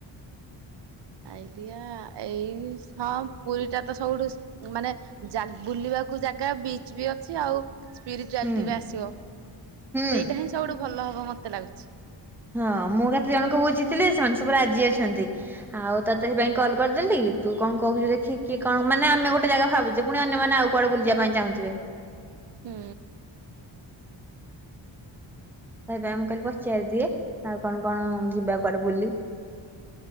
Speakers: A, on the right (about 65°); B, in the centre.
A: ଆଇଡିଆ ଏଇ ହଁ ପୁରୀଟା ତ ସବୁଠୁ ମାନେ ଜା ବୁଲିବାକୁ ଜାଗା ବିଚ ବି ଅଛି ଆଉ ସ୍ପିରିଚୁଆଲିଟି
B: ହୁଁ
A: ବି ଆସିବ ସେଇଟା
B: ହୁଁ।
A: ହିଁ ସବୁଠୁ ଭଲ ହବ। କେତେ ଲାଗୁଚି?
B: ହଁ ମୁଁ କେତେ ଜଣ କୁ ବୁଝି ଥିଲେ ସେମାନେ ସବୁ ରାଜି ଅଛନ୍ତି। ଆଉ ତତେ ସେପାଇଁ କଲ କରିଦେଲି ତୁ କଣ କହୁଛୁ ଦେଖିକି କଣ ମାନେ ଆମେ ଗୋଟେ ଜାଗା ଭାବୁଛେ ପୁଣି ଅନ୍ୟମାନୋନ ଆଉ କୁଆଡ ବୁଲିବା ପାଇଁ ଚାହୁଁଥିବେ
A: ହୁଁ
B: <unintelligible> ମୁଁ କହିଲି ପଚାର ଦିଏ ଆଉ କଣ କଣ ଯିବା କୁଆଡେ ବୁଲି